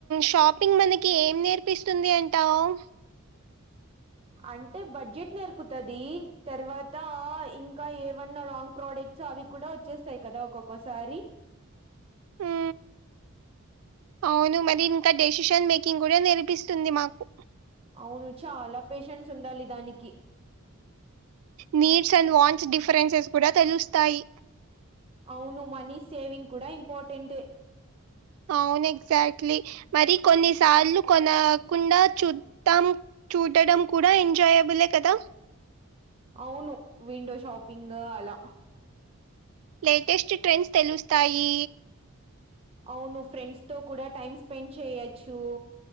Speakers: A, on the right; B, on the right.
A: షాపింగ్ మనకి ఏం నేర్పిస్తుంది అంటావ్
B: అంటే బడ్జెట్ నేర్ ర్పుతదీ తర్వాతా ఇంకా ఏవన్న రాంగ్ ప్రోడక్ట్సు అవి కూడా వొచ్చేస్తాయ్ కదా ఒక ఒకోసారి
A: ఊ అవును మరి ఇంకా డెసిషన్ మేకింగ్ కూడ నేర్పిస్తుంది మాకు
B: అవును చాలా పేషెంన్స్ ఉండాలి దానికి
A: నీడ్స్ అండ్ వాంచ్ డిఫరెన్సెస్ కుడా తెలుస్తాయి
B: అవును మనీ సేవింగ్ కడా ఇంపార్టెంటే
A: అవును ఎగ్జాక్ట్లీ మరి కొన్నిసార్లు కొనకుండా చుత్తాం చూడడం కుడా ఎంజాయబులే కదా
B: అవును విండో షాపింగూ అలా
A: లేటెస్ట్ ట్రెండ్స్ తెలుస్తాయి
B: అవును ఫ్రెండ్స్ తో కుడా టైమ్ స్పెండ్ చేయచ్చు